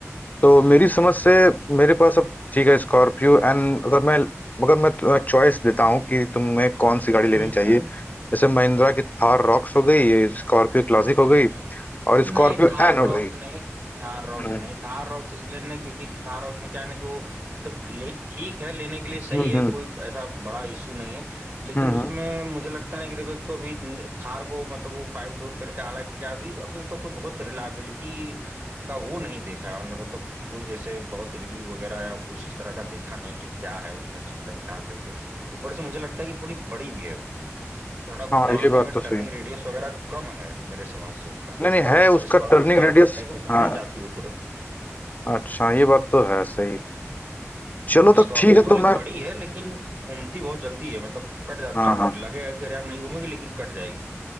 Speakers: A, on the left; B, on the right.
A: तो मेरी समझ से मेरे पास अब ठीक है स्कॉर्पियो एंड अगर मैं मगर मैं तुम्हें चॉइस देता हूँ कि तुम्हें कौन सी गाड़ी लेनी
B: हम्म
A: चाहिए
B: हम्म
A: जैसे महिंद्रा की थार रॉक्स हो गई ये स्कॉर्पियो क्लासिक हो गई
B: हम्म
A: और स्कॉर्पियो
B: नहीं थार
A: एन हो
B: रॉक्स
A: गई
B: नहीं थार रॉक्स
A: <laughs> हम्म
B: नहीं थार रॉक्स इसलिए नहीं क्योंकि थार रॉक्स में क्या है ना कि वो तब ले ठीक है लेने के लिए सही
A: हम्म
B: है
A: हम्म
B: कोई ऐसा बड़ा इशू नहीं है लेकिन
A: हम्म,
B: उसमें
A: हम्म।
B: मुझे लगता नहीं कि देखो एक तो अभी थार को मतलब वो फाइव डोर करके हालांकि अभी अभी उसका कोई बहुत रिलायबिलिटी का वो नहीं देखा है हमने मतलब कोई जैसे बहुत रिव्यू वगैरह या कुछ इस तरह का देखा नहीं कि क्या है उसमें सिस्टम क्या कैसे ऊपर से मुझे लगता है कि थोड़ी बड़ी भी है थोड़ा घुमाने
A: हाँ ये बात
B: में
A: तो सही
B: टर्निंग
A: है
B: रेडियस वगैरह कम है मेरे समझ से उसका
A: नहीं नहीं है उसका
B: और स्कॉर्पियो
A: टर्निंग
B: क्या
A: रेडियस
B: है कि वो घूम
A: हाँ
B: जाती है तुरंत
A: अच्छा ये बात तो है सही चलो
B: स्कॉर्पियो
A: तो ठीक है
B: भले
A: तो मैं
B: बड़ी है लेकिन घूमती बहुत जल्दी है मतलब कट जाती
A: हाँ
B: है
A: हाँ
B: पूरी लगेगा कि अरे यार नहीं घूमेगी लेकिन कट जाएगी